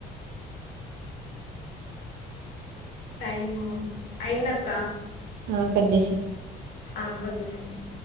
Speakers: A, on the left; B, on the right.
A: టైమ్ అయ్యిందక్క
B: ఆ కట్ జేషే
A: ఆ కట్ చేస్తున్నా